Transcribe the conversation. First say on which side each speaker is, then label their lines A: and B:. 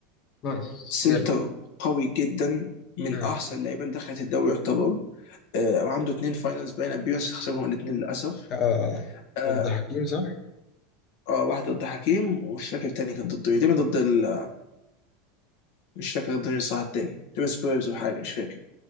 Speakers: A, on the left; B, on the left.
A: نايس
B: سنتر
A: جامد
B: قوي جدا من
A: امم
B: احسن اللعيبه اللي دخلت الدوري يعتبر آه عنده اثنين فاينلز باين ابيرنس خسرهم الاثنين للاسف
A: آه
B: آه
A: ضد حكيم صح؟
B: آه، واحده ضد حكيم ومش فاكر الثاني كان ضد ايه تقريباً ضد ال... مش فاكر ضد مين صح الثاني تقريبا سبيرز ولا حاجه مش فاكر